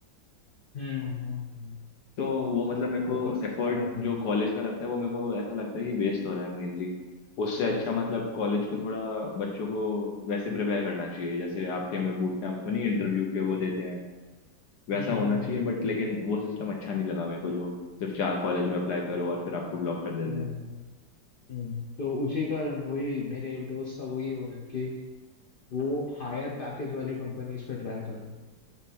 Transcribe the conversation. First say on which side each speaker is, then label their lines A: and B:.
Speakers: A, on the left; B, on the left.
A: हम्म हम्म
B: तो वो मतलब मेरे
A: फोकस
B: को एफर्ट
A: इतना रहता
B: जो
A: है
B: कॉलेज का लगता है वो मेरे को ऐसा लगता है कि वेस्ट हो रहा है मेनली उससे अच्छा मतलब कॉलेज को थोड़ा बच्चों को वैसे प्रिपेयर करना चाहिए जैसे आपके में बूट कैंप्स में नहीं इंटरव्यू के वो देते हैं वैसा
A: हम्म
B: होना
A: हम्म
B: चाहिए
A: हम्म
B: बट लेकिन वो सिस्टम अच्छा नहीं लगा मेरे को जो सिर्फ चार कॉलेज में अप्लाई करो और फिर आपको ब्लॉक कर देते
A: हम्म
B: हैं
A: हम्म। हम्म। तो उसी कारण वही मेरे एक दोस्त का वही हो रहा है कि वो हायर पैकेज वाली कंपनीज पे ट्राई कर रहा है